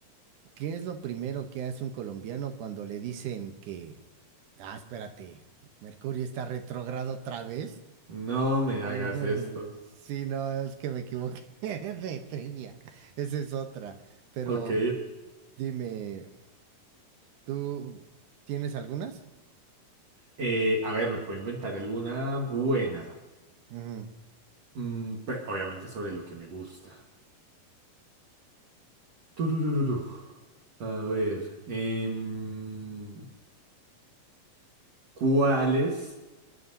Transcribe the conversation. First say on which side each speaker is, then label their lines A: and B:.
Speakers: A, on the right; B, on the right.
A: ¿Qué es lo primero que hace un colombiano cuando le dicen que... Ah, espérate, Mercurio está retrógrado otra vez?
B: No me
A: No,
B: hagas esto.
A: <laughs> sí, no, es que me equivoqué <laughs> de trivia. Esa es otra. Pero
B: Ok.
A: dime, ¿Tú tienes algunas?
B: Eh, a ver, me puedo inventar alguna buena.
A: Ujú.
B: Mm, pe- obviamente sobre lo que me gusta. Tururururu. A ver, em, ¿cuáles